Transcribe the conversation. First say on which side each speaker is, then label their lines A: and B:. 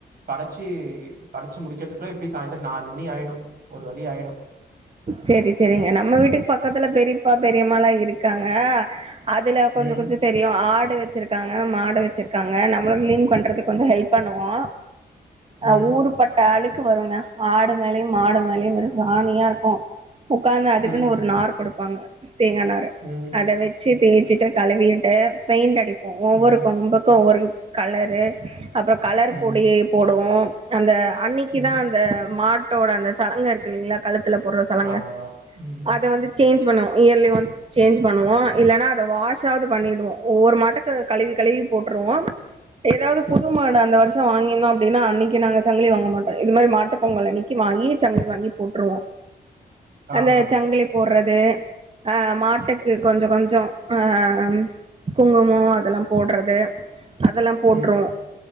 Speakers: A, on the right (about 65°); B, on the right (about 35°).
A: படச்சு படச்சு முடிக்றதுக்குள்ள எப்டி சாய்ந்தர் நாலு மணி ஆயிடு ஒரு வழி ஆயிடு
B: செரி செரிங்க நம்ம வீட்டுக் பக்கத்தில பெரிப்பா பெரியம்மாலா இருக்காங்க அதுல கொஞ்சோ
A: ம்
B: கொஞ்சு தெரியு ஆடு வெச்சுருக்கா ங்க மாடு வெச்ருக்காங்க நம்ளு க்ளீன் பண்றதுக் கொஞ்சோ ஹெல்ப் பண்ணுவோ அ
A: ம்
B: ஊருபட்ட அழுக்கு வருங்க ஆடு மேலயு மாடு மேலயு வெறு சாணியா இருக்கு உக்காந்து அதுக்குன்
A: ம்
B: ஒரு நாரு குடுப்பாங்க தேங்கா நாறு
A: ம்
B: அத வெச்சு தேச்சிட்டு கழுவிட்டு பெயிண்டடிப்போ ஒவ்வொரு
A: ம்
B: கொம்புக்கு ஒவ்வொரு கலரு அப்றோ கலரு
A: ம்
B: பொடி போடுவோ அந்த அன்னிக்கி
A: ம்
B: தா அந்த மா ட்டோட அந்த சலங்க இருக்கு இல்லிங்களா கழுத்துல போட்ற சலங்க
A: ஆமா ம்
B: அத வந்து சேஞ்சு பண்ணுவோ இயர்லி ஒன்ஸ் சேஞ்சு பண்ணுவோ இல்லனா அத வாஷ்ஷாது பண்ணிடுவோ ஒவ்வொரு மாட்டுக்கு கழுவி கழுவி போட்டு ட்றுவோ எதாவது புது மாடு அந்த வர்ஷோ வாங்கிந்தோ அப்டின்னா அன்னைக்கு நாங்க சங்கிலி வாங்க மாட்டோ இது மாரி மாட்டு பொங்கல் அன்னிக்கி வாங்கி சங்கிலி வாங்கி போட்ருவோ அந்த
A: ஆஹா
B: சங்கிலி போட்றது ஆ மாட்டுக்கு கொஞ்சோ கொஞ்சோ ஆ ம் குங்குமோ அதெல்லா போட்றது அதெல்லா போட்ருவோ
A: ம்